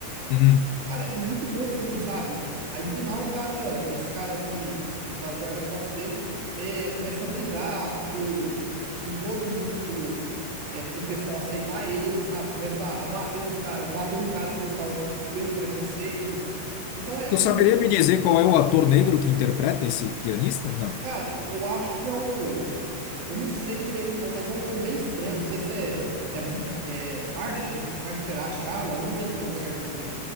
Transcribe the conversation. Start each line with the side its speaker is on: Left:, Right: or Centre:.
Left: Uhum.
Right: Cara, é muito bom o filme, sabe? Aí no final, o cara, esse cara que, vamos falar, o guarda-costas dele, é, começa a brigar por, com todo mundo, é, pro pessoal aceitar ele, sabe? Começa a bater nos caras, bateu no cara do restaurante pelo preconceito. Então é,
Left: Tu
Right: é muito.
Left: saberia me dizer qual é o ator negro que interpreta esse pianista? Não.
Right: Cara, eu acho que é o. Eu não sei direito o nome, mas é um nome bem estranho. Não sei se é, é, é March, Marcherachala, eu não lembro o nome certinho dele.